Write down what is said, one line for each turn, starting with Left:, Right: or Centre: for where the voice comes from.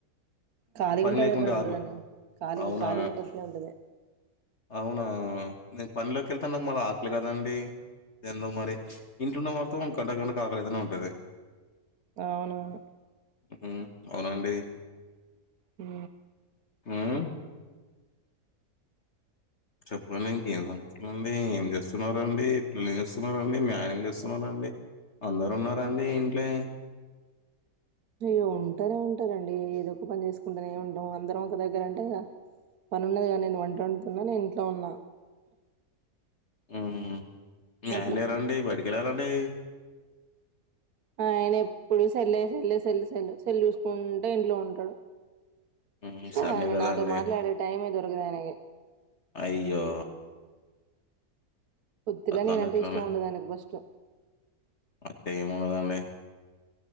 Right: ఖాళీగా ఉంటే
Left: లేకుండా
Right: అదే పని
Left: ఆకలి
Right: ఉంటదండి కాళీగా
Left: అవునా?
Right: కాళీగుంటె అట్లే ఉంటది
Left: అవునా నేను పనిలోకి వెళ్తా నాకు మరి ఆకలి కదండి ఎందో మరి ఇంట్లో ఉన్న మాత్రం గంట గంట కి ఆకలవుతూనే ఉంటది
Right: అవునవును
Left: హు అవునండి
Right: హు
Left: హ్మ్. చెప్పలేండి ఇంకేం సంగతుల అండి ఏం చేస్తున్నారండి పిల్లం చేస్తున్నారండి మీ ఆయన ఏం చేస్తున్నారండి అందరు ఉన్నాండి ఇంట్లే
Right: అయ్య ఉంటానే ఉంటారండి ఏదో ఒక పని చేసుకు చకుంటేనే ఉంటాం అందరం ఒక దగ్గర అంటే పని ఉన్నది కద నేను వంట వండుతున్నా నేను ఇంట్లో ఉన్నా
Left: ఊహ మీ
Right: అట్లా
Left: ఆయన లేరండి బయటికి వెళ్లారా అంటే
Right: ఆ ఆయన ఎప్పుడు సల్లే సల్లే సల్లే సెల్ చూసుకుంటు ఇంట్లో ఉంటాడు
Left: హ్మ్. సండే
Right: అవున
Left: కదండీ!
Right: నాతో మాట్లాడే టైమే దొరకదు ఆయనకి
Left: అయ్యో!
Right: బొత్తిగా
Left: అట్లంటే
Right: నేనంటే
Left: ఎట్లండి?
Right: ఇష్టం ఉండదండి ఫస్ట్
Left: అయితే ఏముండదండి.